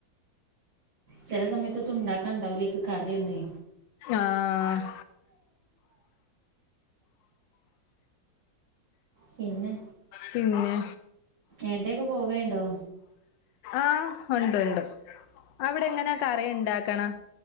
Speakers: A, on the right (about 70°); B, on the left (about 75°).
A: ചെലസമയത്ത്തുണ്ടാക്കാൻണ്ടാവില്ലേക്ക് കറിയൊന്നേ.
B: ആഹ്
A: പിന്നെ
B: പിന്നെ
A: ഏട്ടെങ്കെ പോവേണ്ടോ?
B: ആഹ് ഒണ്ട് ണ്ട്. അവിടെ ങ്ങനെ കറിണ്ടാക്കണാ